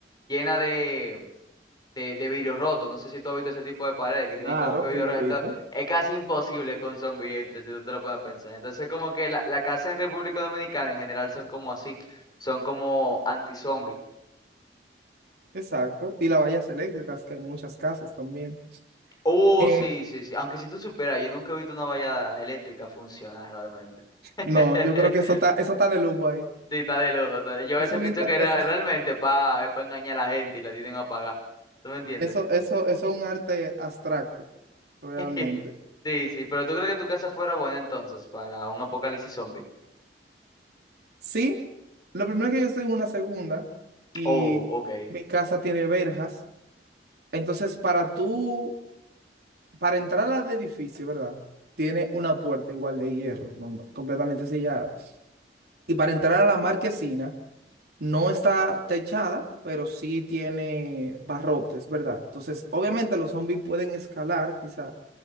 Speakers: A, on the left; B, on the right.
A: llena de, de, de vidrio roto. No sé si tú has visto ese tipo de paredes que
B: Claro
A: tienen como que vidrio
B: que lo
A: roto.
B: evito.
A: Es casi imposible que un zombie entre, si tú te lo puedes pensar. Entonces, como que la, la casa en República Dominicana en general son como así, son como anti-zombie.
B: Exacto. Y las vallas eléctricas, que hay muchas casas también.
A: Oh,
B: Eh,
A: sí, sí, sí. Aunque si tú supieras, yo nunca he visto una valla eléctrica funcionar realmente. <laughs>
B: No, yo creo que eso está, eso está de lujo ahí.
A: Sí, está de lujo. está- Yo a
B: Eso,
A: veces
B: lo
A: pienso
B: inta-
A: que rea-
B: eso,
A: realmente pa, es para engañar a la gente y la tienen apagada. ¿Tú me entiendes?
B: eso, eso, eso es un arte abstracto, realmente.
A: <laughs> Sí, sí, pero ¿tú crees que tu casa fuera buena entonces para un apocalipsis zombie?
B: Sí, lo primero es que yo estoy en una segunda y
A: Oh, ok.
B: mi casa tiene verjas. Entonces, para tú, para entrar al edificio, ¿verdad? Tiene una puerta igual de hierro, normal, completamente sellada. Y para entrar a la marquesina, No está techada, pero sí tiene barrotes, ¿verdad? Entonces, obviamente los zombies pueden escalar, quizá,